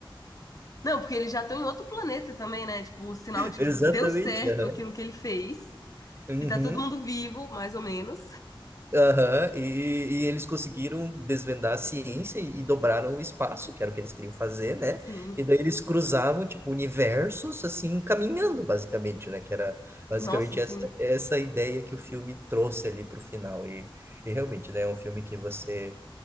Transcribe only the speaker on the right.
Exatamente.
aham.
Uhum.
aham. E, e eles conseguiram desvendar a ciência e, e dobraram o espaço, que era o que eles queriam fazer, né?
E daí eles cruzavam, tipo, universos, assim, caminhando, basicamente, né? Que era basicamente
essa, essa ideia que o filme trouxe ali pro final. E, e realmente, né? É um filme que você,